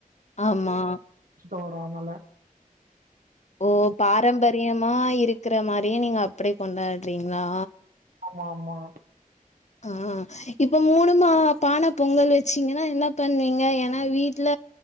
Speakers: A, on the left; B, on the right.
A: ஆம்மா
B: தொறனால
A: ஓ பாரம்பரியமா இருக்கிற மாதிரி நீங்க அப்படி கொண்டாடுறீங்களா
B: ஆமா ஆமா அ
A: ஆஹ் இப்ப மூணுமா பான பொங்கல் வெச்சீங்கன்னா என்ன பண்ணுவீங்க ஏன்னா வீட்டுல